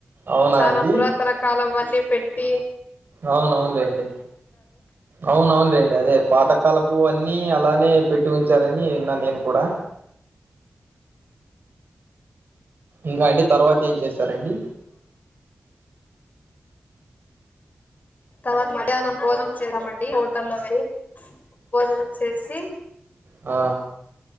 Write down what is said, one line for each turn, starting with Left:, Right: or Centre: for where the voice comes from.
Right: అవునా
Left: చానా
Right: అండి
Left: పురాతన కాలం అన్నీ పెట్ టి
Right: అవునవునులేండి, అవునవునులేండి అదే పాత కాలపు అన్ని అలానే, పెట్టి ఉంచారని విన్న నేను, కూడా ఇంకా అండి తర్వాత ఏం చేసారు. చేసారండి,
Left: తర్వాత మధ్యాహ్నం భోజనం చేసామండి హోటల్లో పోయి భోజనం చేసి,
Right: ఆ